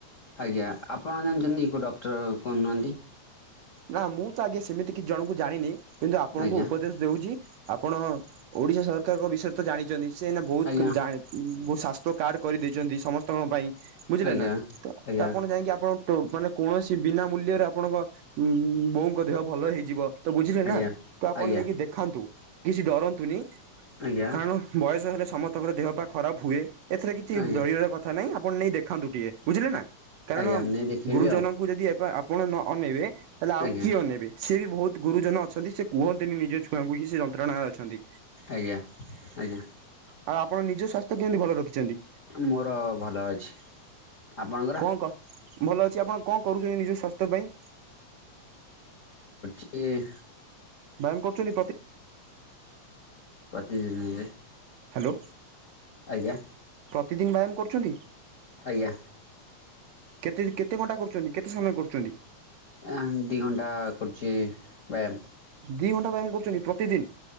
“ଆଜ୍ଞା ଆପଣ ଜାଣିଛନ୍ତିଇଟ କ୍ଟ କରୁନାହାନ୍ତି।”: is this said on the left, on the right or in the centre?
Left